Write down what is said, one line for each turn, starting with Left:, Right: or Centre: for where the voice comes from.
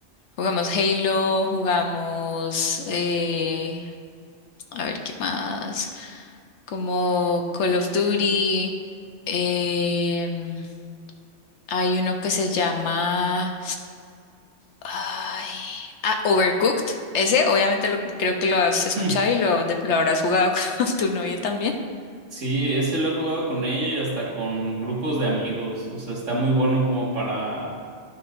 Left: jugamos Halo, jugamos, eh, a ver qué más. como Call of Duty. em, hay uno que se llama... Ay, ah, Overcooked. Ese obviamente lo- creo que lo has escuchado
Right: Hmm.
Left: y lo, de- lo habrás jugado <laughs> con tu novia también.
Right: Sí, ese lo he jugado con ella y hasta con grupos de amigos. O sea, está muy bueno como para